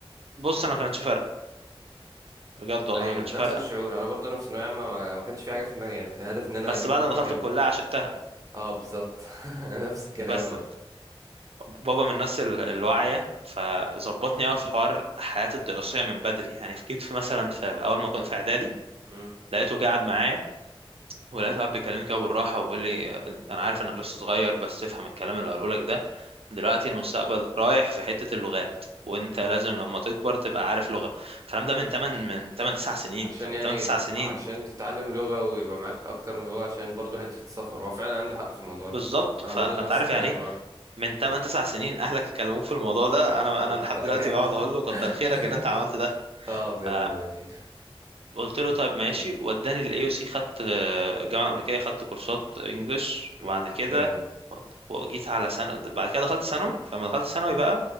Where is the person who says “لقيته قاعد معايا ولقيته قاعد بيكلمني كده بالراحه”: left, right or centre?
Right